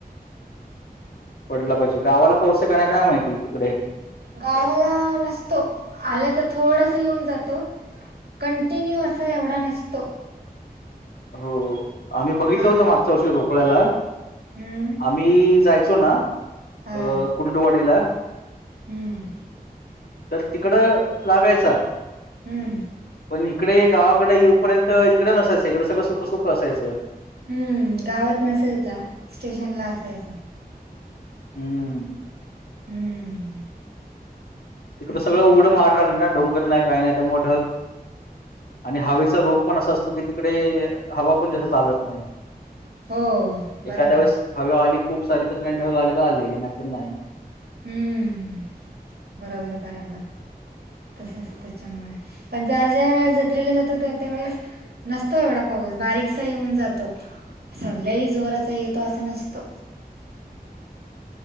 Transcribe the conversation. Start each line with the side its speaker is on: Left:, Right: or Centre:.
Left: पडलं पाहिजे गावाला पाऊस आहे का नाही काय माहिती तिकडे?
Right: गावाला नसतो आला तर थोडस येऊन जातो. कंटिन्यू असा एवढा नसतो.
Left: हो आम्ही बघितलं
Right: हा
Left: होत मागच्या वर्षी रोकड्याला
Right: हम्म
Left: आम्ही -- जायचो ना
Right: हा
Left: अ कुर्डुवाडीला
Right: हम्म.
Left: तर तिकडं लागायचा.
Right: हम्म
Left: पण इकडे गावाकड येऊपर्यंत इकडं नसायचं इकडं सगळं सुक सुक असायचं.
Right: हम्म गावात नसायचा स्टेशन ला असायचा.
Left: हम्म.
Right: हम्म.
Left: तिकड
Right: तसच
Left: सगळं
Right: आहे
Left: उघडं माळ रान आहे ना डोंगर नाही काही नाही त्यामुळे ढग आणि हवेचा रोग पण असा असतो की तिकडे हवा पण जस चालत नाही.
Right: हो बरोबर
Left: एखाद्या वेळेस हवा आली खूप सारी तर ढग आले तर आले नाही तर नाही.
Right: हम्म बरोबर बरोबर. तसच त्याच्यामुळे पण ज्या ज्या वेळेस जत्रेला जातो त्या त्या वेळेस नसतो एवढा पाऊस बारीकसा येऊन जातो असा लय जोराचा येतो असा नसतो.